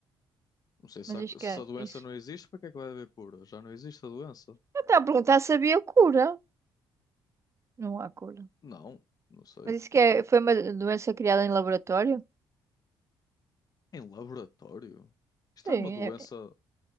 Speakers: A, on the left; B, on the right.
A: Não sei se,
B: Mas
A: há-
B: isto
A: se
B: que é
A: a doença
B: isso.
A: não existe, para que é que vai haver cura? Já não existe a doença?
B: Eu estava a perguntar se havia cura. Não há cura.
A: Não, não sei.
B: Mas isso que é, foi uma doença criada em laboratório?
A: Em laboratório? Isto
B: Sim,
A: é uma doença
B: é- é